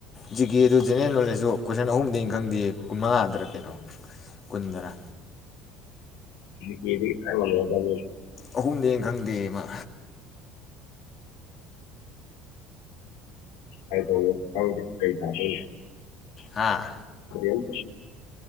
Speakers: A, on the left; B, on the left.
A: ꯖꯤ ꯀꯦꯗꯨ ꯖꯦꯅꯦꯔꯦꯜ ꯅꯣꯂꯦꯖꯁꯨꯨ ꯀꯣꯏꯁꯟ ꯑꯍꯨꯝꯗꯩ ꯈꯪꯗꯦ ꯀꯨꯟ ꯃꯉꯥꯗ꯭ꯔ ꯀꯩꯅꯣ ꯀꯨꯟꯗꯅ
B: ꯖꯤ ꯀꯦ ꯑꯉꯣꯟꯗ ꯊꯥ
A: ꯑꯍꯨꯝꯗꯦꯅ ꯈꯪꯗꯦꯌꯦ ꯃꯥ
B: ꯀꯩ ꯇꯧꯋꯦ ꯈꯪꯗꯦ ꯀꯩ ꯇꯥꯗꯣꯏ
A: ꯍꯥ
B: ꯑꯌꯦꯟ